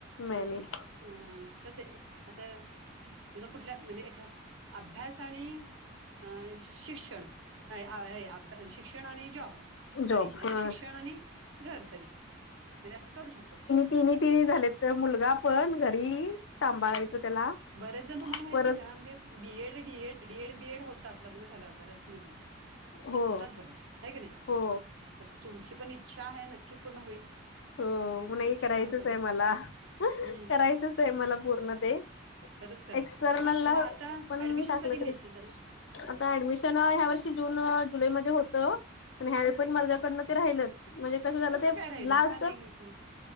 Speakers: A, on the left (about 65°); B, on the right (about 70°).
A: मॅनेज
B: पण अ कस आता. समजा कुठल्या म्हणजे एका अभ्यास आणि अ शिक्षण <unintelligible> शिक्षण आणि जॉब
A: जॉब
B: तरी, नाही
A: हा
B: तर शिक्षण आणि घर तरी, म्हणजे असं करू शकतो.
A: तिन तिन् झालेत मुलगा पण घरी सांभाळायच त्याला.
B: बरेच जण तुम्हाला माहितीय
A: परत
B: का म्हणजे. बीएड, डीएड, डीएड, बीएड होतात लग्न झाल्या बऱ्याच मुली.
A: हो
B: होतात बघा हाय काय नाही
A: हो
B: तस तुमची पण इच्छा आहे नक्की पूर्ण होईल.
A: हो,
B: आणि तुम्ही पण
A: नाही
B: नक्की
A: करायचच
B: होणार बघा
A: आहे, मला
B: हम्म
A: करायचंच आहे मला पूर्ण ते.
B: खरंच करा
A: एक्स्टर्नला
B: मग मग आता
A: पण
B: ऍडमिशन
A: टाकलं
B: कधी घ्यायचं
A: तर
B: त्याला
A: आता ऍडमिशन ह्या वर्षी जून, जुलैमध्ये होत पण
B: हम्म
A: ह्यावेळी पण माझ्याकडन ते राहिलच, म्हणजे कस झालं
B: कसं
A: ते
B: काय राहिलं
A: लास्ट
B: का नाही <unintelligible>